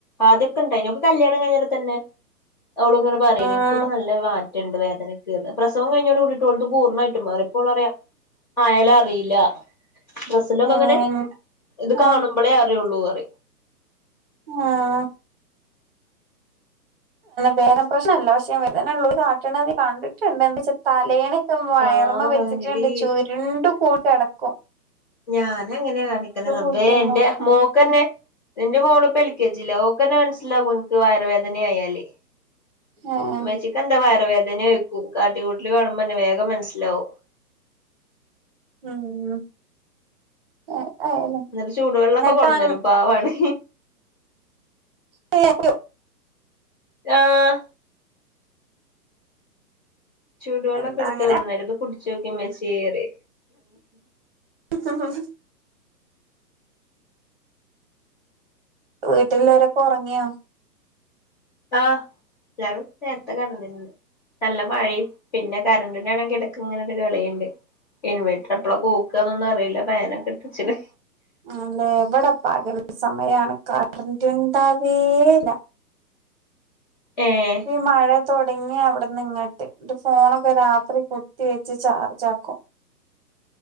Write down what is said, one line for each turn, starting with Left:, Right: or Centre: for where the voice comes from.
Left: ആദ്യൊക്കെ ഇണ്ടായിന്നു ഓർക് കല്യാണം കഴിഞ്ഞട തന്നെ. അവളുംങ്ങെ പറയുംനിനക്ക്പ്പ
Right: ഉം
Left: നല്ല മാറ്റമണ്ട് വേദനക് പ്രസംവം കഴിഞ്ഞോട് കൂടിട്ട് ഓളത് പൂർണ്ണമായിട്ട് മാറി. പ്പോൾറിയാം ആയാലും അറിയില്ല. ബസ്സിലൊക്കെ
Right: ഉം
Left: അങ്ങനെ ഇത്
Right: ഉം
Left: കാണുമ്പോളേ അറിയുള്ളൂ പറി.
Right: ആഹ വേധന പ്രശ്നഅല്ല പക്ഷെ വേദന ഉള്ളൂ കാട്ടണത് കണ്ടിട്ടുണ്ട് എന്താ വെച്ചാ തലേണ. ഇ വയർമ
Left: ആഹ്
Right: വെച്ചിട്ടുണ്ട്
Left: അതിന്റെടീ
Right: ചുരുണ്ട് കൂടി അടക്കും.
Left: ഞാന് അങ്ങനെ കാണിക്കല് റബേ
Right: ബുദ്ധിമുട്ടാ
Left: എന്റെ മോക്ക്ന്നെ എന്റെ മോള് എൽ കെ ജി ലാ. ക്കനെ മനസ്സിലാവകനിക്ക് വയറുവേദന ആയാലേ
Right: ഏഹ്
Left: ഇമ്മച്ചിക്കന്ത വയർവേദന. വെക്കും കാട്ടികൂട്ടിൽ കാണുമ്പോ തന്നെ വേഗം മനസ്സിലാവും.
Right: ഉം ഏതായാലും
Left: എന്നിട്ട് ചൂടുവെള്ളമൊക്കെ
Right: എന്നിട്ട്
Left: കൊടുന്നുതരുംപാവാണ്.
Right: പ്പ
Left: ആഹ ചൂടുവെള്ളക്കെ
Right: എന്താ
Left: എടുത്ത്
Right: അങ്ങനെ
Left: കൊടുന്നുതരും ഇത് കുടിച്ചോക്കി മ്മച്ചേ.
Right: ഹ ഹ വീട്ടുള്ളരൊക്കെ ഉറങ്ങിയോ.
Left: ആഹ് എല്ലാരും നേരത്തെ കടന്നിരന്ന്. നല്ല മഴയും പിന്നെ കറണ്ടിനാണെങ്കിൽ ഇടക് ഇങ്ങനെ ഒരു കളിയുണ്ട്. ഇൻവേർട്ടർ എപ്പള കൂക്കുകന്നൊന്നും അറിയില്ല ഫാനൊക്കെ ഇട് ചിക്ണ്.
Right: അല്ലേ എവിടെ പകൽ സമയാണ് കറന്റ് ഉണ്ടാവേല്ല.
Left: ഏഹ്
Right: ഇ. മഴ തുടങ്ങിയ അവിടന്ന് ഇങ്ങോട്ട് ഫോണൊക്കെ രാത്രി കുത്തി വെച്ച് ചാർജ് ആക്കും.